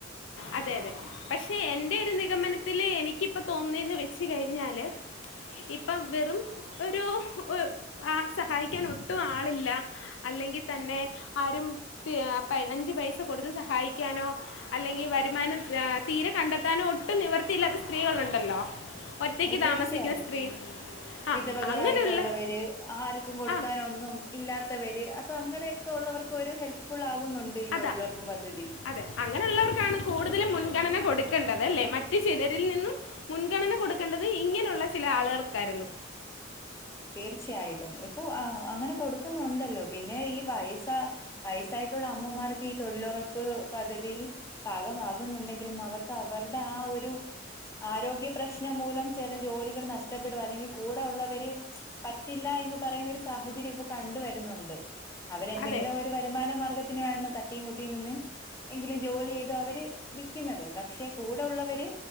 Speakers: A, on the left; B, on the left.
A: അതെ അതെ പക്ഷെ എന്റെ ഒരു നിഗമനത്തില് എനിക്കിപ്പോ തോന്നുന്നേന്ന് വെച്ച് കഴിഞ്ഞാല് ഇപ്പം വെറും ഒരു ആഹ് സഹായിക്കാൻ ഒട്ടും ആളില്ല അല്ലെങ്കിൽ തന്നെ ആരും പ അഞ്ച് പൈസ കൊടുത്ത് സഹായിക്കാനോ അല്ലെങ്കിൽ വരുമാനം തീരെ കണ്ടെത്താനോ ഒട്ടും നിവർത്തിയില്ലാത്ത സ്ത്രീകളുണ്ടല്ലോ ഒറ്റക്ക്
B: തീർച്ചയായും
A: താമസിക്കുന്ന സ്ത്രീ ആ
B: വിധവകളായിട്ടുള്ളവര്
A: അങ്ങനെയുള്ള
B: ആർക്കും കൊടുക്കാനൊന്നും
A: ആ
B: ഇല്ലാ ത്തവര് അപ്പൊ അങ്ങനെയൊക്കെ ഉള്ളവർക്ക് ഒരു ഹെൽപ് ഫുൾ ആകുന്നുണ്ട് ഈ തൊഴിലുറപ്പ്
A: അതാ
B: പദ്ധതി
A: അതെ അങ്ങനെ ഉള്ളവർക്കാണ് കൂടുതലും മുൻഗണന കൊടുക്കേണ്ടത് അല്ലേ മറ്റ് ചിലരിൽ നിന്നും മുൻഗണന കൊടുക്കേണ്ടത് ഇങ്ങനെയുള്ള ചില ആളുകൾക്കായിരുന്നു
B: തീർച്ചയായിട്ടും ഇപ്പൊ അങ്ങനെ കൊടുക്കുന്നുണ്ടല്ലോ പിന്നെ ഈ വയസാ വയസ്സായിട്ടുള്ള അമ്മമാർക്ക് ഈ തൊഴിലുറപ്പ് പദ്ധതിയിൽ ഭാഗമാകുന്നുണ്ടെങ്കിലും അവർക്ക് അവരുടെ ആ ഒരു ആരോഗ്യ പ്രശ്നം മൂലം ചില ജോലികൾ നഷ്ടപ്പെടും അല്ലെങ്കിൽ കൂടെ ഉള്ളവര് പറ്റില്ല എന്ന് പറയുന്ന ഒരു സാഹചര്യം ഇപ്പൊ കണ്ടുവരുന്നുണ്ട് അവരെന്തെങ്കിലും
A: അതെ
B: ഒരു വ രുമാന മാർഗത്തിനായി ആണ് തട്ടിയും മുട്ടിയും നിന്ന് എങ്കിലും ജോലി ചെയ്ത് അവര് നിക്കുന്നത് പക്ഷെ കൂടെ ഉള്ളവര്